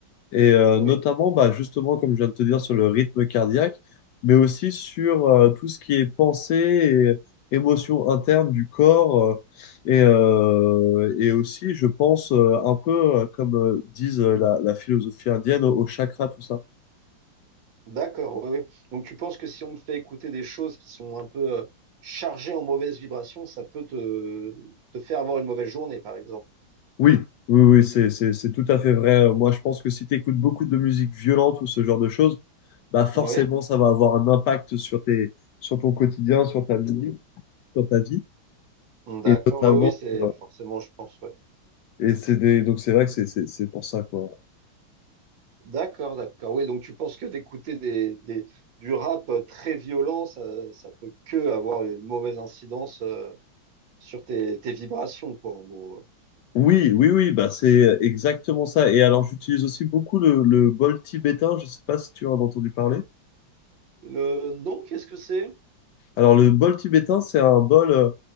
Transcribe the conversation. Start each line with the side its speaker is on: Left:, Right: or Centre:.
Left: et euh,
Right: Oui,
Left: notamment, bah, justement, comme je viens de te dire, sur le rythme cardiaque, mais aussi sur euh, tout ce qui est pensée et émotion interne du corps, euh, et, euh, et aussi, je pense, euh, un peu euh, comme euh, disent euh, la, la philosophie indienne, au chakra, tout ça.
Right: d'accord. Oui, oui. Donc, tu penses que si on te fait écouter des choses qui sont un peu euh, chargées en mauvaises vibrations, ça peut te, te faire avoir une mauvaise journée, par exemple.
Left: Oui, oui, oui, c'est, c'est, c'est tout à fait vrai. Euh, Moi, je pense que si tu écoutes beaucoup de musique violente ou ce genre de choses, bah forcément,
Right: Oui.
Left: ça va avoir un impact sur tes, sur ton quotidien, sur ta vie, sur ta vie.
Right: D'accord,
Left: Et notamment,
Right: oui, oui, c'est
Left: euh,
Right: forcément, je pense, ouais.
Left: et c'est des- donc c'est vrai que c'est, c'est, c'est pour ça, quoi.
Right: D'accord, d'accord. Oui, donc tu penses que d'écouter des, des- du rap euh, très violent, ça, ça peut que avoir une mauvaise incidence euh, sur tes, tes vibrations, quoi, en gros.
Left: Oui, oui, oui, bah c'est exactement ça. Et alors, j'utilise aussi beaucoup le, le bol tibétain. Je sais pas si tu en as entendu parler.
Right: Euh, non, qu'est-ce que c'est?
Left: Alors le bol tibétain, c'est un bol euh,